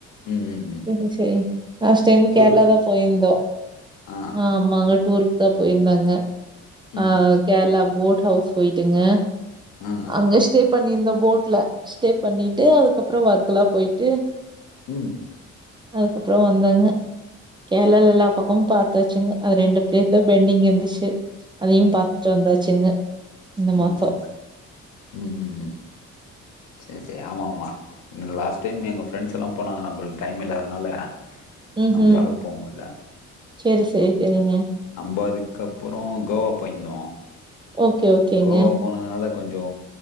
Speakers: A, on the left; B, on the right.
A: ம் ம் ம்
B: செரி செரி லாஸ்ட் டைமு
A: டூருக்கு
B: கேரளாதா
A: போய்
B: போயிருந்தோ
A: ஆ
B: ஆமாங்க டூருக்குதா போயிருந்தோங்க. ஆ
A: ம்
B: கேரளா போட் ஹவுஸ் போய்ட்டுங்க
A: ஆ
B: அங்க ஸ்டே பண்ணிருந்தோ போட்ல. ஸ்டே பண்ணிட்டு அதுக்கப்புறோ வர்க்லா போயிட்டு
A: ம்
B: அதுக்கப்புறோ வந்தோங்க. கேரளால எல்லா பக்கமு பாத்தாச்சுங்க. அது ரெண்டு பிளேஸ்தா பெண்டிங் இருந்துச்சு. அதையு பாத்துட்டு வந்தாச்சுங்க இந்த
A: உம்
B: மாசோ
A: உம் உம் உம் சரி சரி ஆமாமா லாஸ்ட் டைம் எங்க ஃப்ரெண்ட்ஸ் எல்லா போனாங்க நம்பள்க்கு டைம் இல்லாதனால
B: உம்
A: நம்பளால போ முடில
B: செரி செரி செரிங்க
A: நம்ப அதுக்கப்புரோ கோவா போய்ந்தோ
B: ஓகே ஓகேங்க
A: கோவா போனதுனால கொஞ்சோ